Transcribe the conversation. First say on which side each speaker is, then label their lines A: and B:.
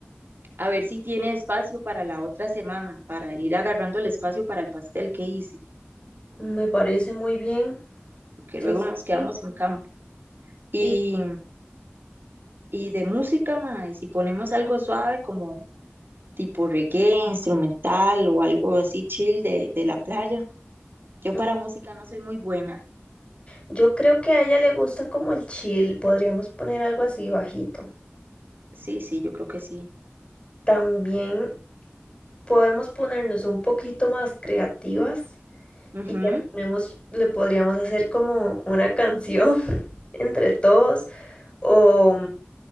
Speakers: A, on the right (about 55°); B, on the left (about 25°).
A: a ver si tiene espacio para la otra semana, para ir agarrando el espacio para el pastel que hice.
B: me parece muy bien.
A: que
B: Sí,
A: luego
B: sí.
A: nos quedamos
B: sí.
A: sin campo. Y,
B: Y
A: y de música, mae, si ponemos algo suave como tipo reggae, instrumental o algo así chill de, de la playa. Yo
B: mm,
A: para música no soy muy buena.
B: yo creo que a ella le gusta como el chill. Podríamos poner algo así bajito.
A: Sí, sí, yo creo que sí.
B: También podemos ponernos un poquito más creativas
A: Ujú.
B: Y le ponemos, le podríamos hacer como una canción <laughs> entre todos o,